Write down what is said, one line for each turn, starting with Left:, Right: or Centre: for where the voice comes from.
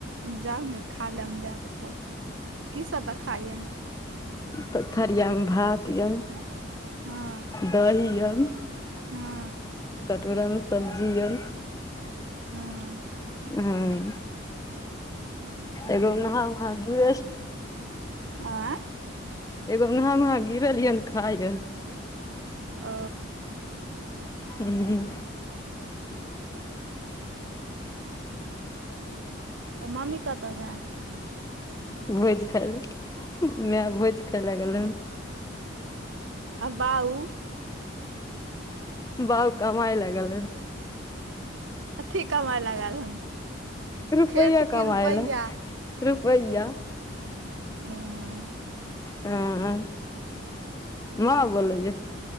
Right: जाहो ने खा लेमे दए देतौ की सब दऽ खामें?
Left: तऽ थरियामे भात यन
Right: हँ
Left: दही यन
Right: हँ
Left: कटोरा मे सब्जी य।
Right: हँ।
Left: ह एगो महा महा गेस्ट।
Right: आए।
Left: एगो उहा उहाँ गिरलिय ने खायऽ
Right: ओ।
Left: ई।
Right: तऽ मम्मी कतऽ गेलय?
Left: भोज खायलऽ माय। भोज खाय लागल हन
Right: आ बाऊ?
Left: बाऊ कमाय लऽ गेलैथ।
Right: कथी कमाइ लाऽ गेल हन?
Left: रुपैया
Right: खेत की
Left: कमाय
Right: रुपैआ?
Left: ले रुपैया
Right: ह
Left: हँ नऽ बोलैए।